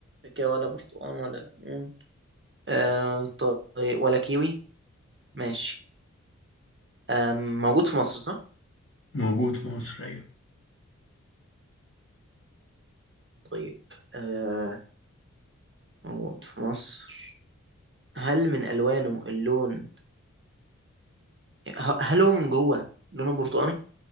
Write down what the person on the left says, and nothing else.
موجود في مصر ايوه